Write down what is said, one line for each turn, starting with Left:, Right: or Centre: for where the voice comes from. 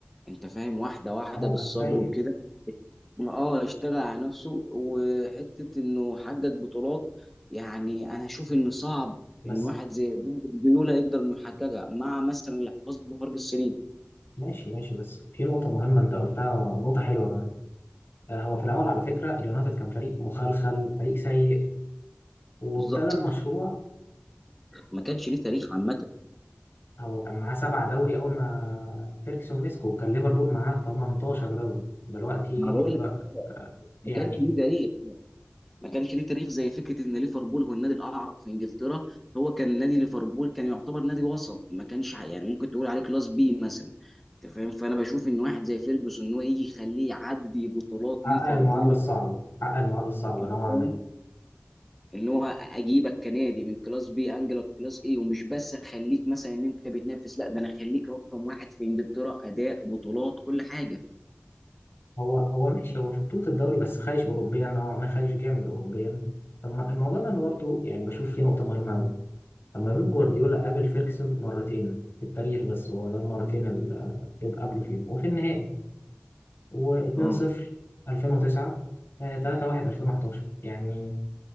Centre: انت فاهم واحده واحده
Left: اه
Centre: بالصبر
Left: كان سيء
Centre: وكده اه اشتغل على نفسه وحته انه حقق بطولات يعني انا اشوف ان صعب
Left: بس
Centre: ان واحد زي بيب جوارديولا يقدر انه يحققها مع مثلا الاحتفاظ بفرق السنين
Left: ماشي ماشي بس في نقطه مهمه انت قلتها نقطه حلوه كمان آه، هو في الاول على فكره اليونايتد كان فريق مخلخل فريق سيء وابتدى
Centre: بالظبط
Left: المشروع
Centre: ما كانش ليه تاريخ عامه
Left: هو كان معاه سبعة دوري أول ما فيركسون مسكه وكان ليفربول معاه 18 دوري دلوقتي
Centre: ما انا بقول
Left: ليفر
Centre: لك
Left: آه، يعني
Centre: ما كانش ليه تاريخ ما كانش ليه تاريخ زي فكره ان ليفربول هو النادي الاعرق في انجلترا هو كان نادي ليفربول كان يعتبر نادي وسط ما كانش ح- يعني ممكن تقول عليه كلاس بي مثلا انت فاهم فانا بشوف ان واحد زي فيرجسون ان هو يجي يخليه يعدي بطولات
Left: حقق
Centre: ليفربول
Left: المعادلة الصعبة حقق المعادلة الصعبة
Centre: انت
Left: نوعا
Centre: فاهم
Left: ما
Centre: ان هو اجيبك كنادي من كلاس بي انجلك كلاس اي ومش بس اخليك مثلا ان انت بتنافس لا ده انا اخليك رقم واحد في انجلترا اداء بطولات كل حاجه
Left: هو هو ماشي هو في بطولة الدوري بس خايش أوروبيا نوعا ما خايش جامد أوروبيا طب ما الموضوع ده أنا برضه يعني بشوف فيه نقطة مهمة أوي طب ما بيب جوارديولا قابل فيركسون مرتين في التاريخ بس هو ده المرتين اللي بيب قابله فيهم وفي النهائي و2-0
Centre: اه
Left: 2009 3-1 2011 يعني